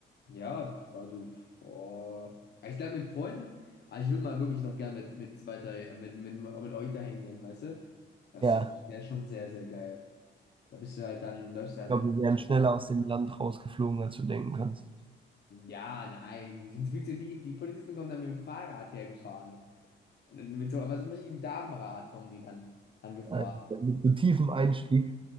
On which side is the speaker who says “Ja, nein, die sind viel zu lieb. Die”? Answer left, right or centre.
Left